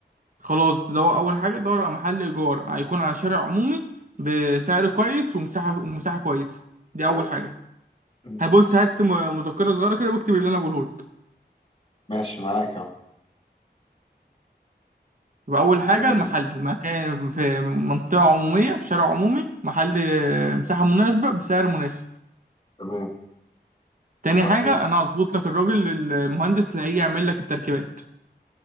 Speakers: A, on the right; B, on the left.
A: خلاص تدور اول حاجه دور على محل ايجار هيكون على شارع عمومي بسعر كويس ومساحه ومساحه كويسه دي
B: تمام
A: اول حاجه
B: مم.
A: هبص هات م- مذكره صغيره كده واكتب اللي انا بقوله لك
B: ماشي معاك اهو
A: يبقى اول حاجه
B: يلا
A: المحل
B: بينا
A: المكان في منطقه عموميه شارع عمومي محل آه، مساحه مناسبه بسعر مناسب
B: تمام
A: تاني
B: وبعدين
A: حاجة أنا هظبط لك الراجل المهندس اللي هيجي يعمل لك التركيبات